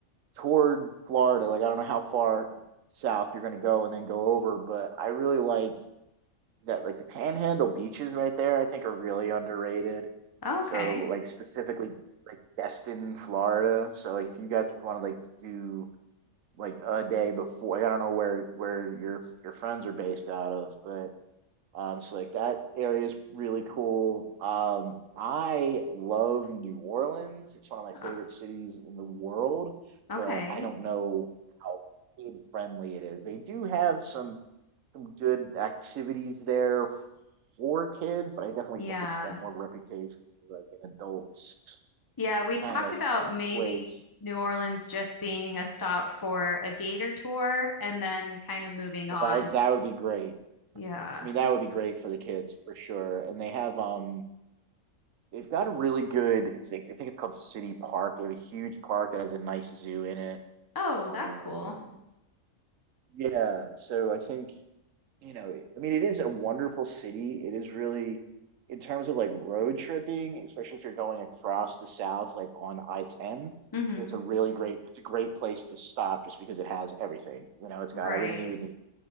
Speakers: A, on the right (about 70°); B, on the left (about 25°).
A: toward Florida, like I don't know how far south you're gonna go and then go over, but I really like that like the Panhandle beaches right there, I think are really underrated.
B: okay.
A: So like specifically like Destin, Florida. So like if you guys just want to like do like a day before. Like, I don't know where where your your friends are based out of, but um, so like that area is really cool. Um, I love New Orleans. It's one of my
B: Uh,
A: favorite cities in the world,
B: okay.
A: but I don't know how kid friendly it is. They do have some good activities there for kids, but I definitely
B: Yeah.
A: think it's got more of a reputation for like an adults
B: Yeah, we talked
A: kind of
B: about maybe
A: place.
B: New Orleans just being a stop for a gator tour and then kind of moving
A: Well,
B: on.
A: that would- that would be great.
B: Yeah.
A: I mean, that would be great for the kids for sure. And they have um they've got a really good it's like- I think it's called City Park. They have a huge park that has a nice zoo in it.
B: Oh,
A: Um
B: that's cool.
A: yeah, so I think, you know, I mean it is a wonderful city. It is really in terms of like road tripping, especially if you're going across the south like on I-10,
B: Mm-hmm.
A: it's a really great it's a great place to stop just because it has everything. You know, it's
B: Right.
A: got everything you would need